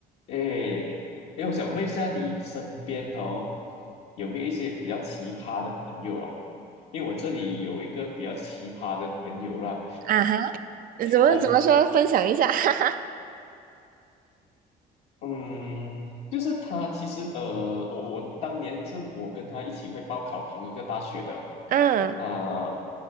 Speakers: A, on the left; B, on the right.
A: 诶，诶，我想问一下，你身边哦，有没有一些比较奇葩的朋友啊？因为我这里有一个比较奇葩的朋友啦，
B: 啊哈，怎么怎么说？
A: 我
B: 分享一下，<laughs> 哈哈。
A: 嗯，就是他其实呃，我我当年是我跟他一起会报考同一个大学的，
B: 嗯
A: 啊、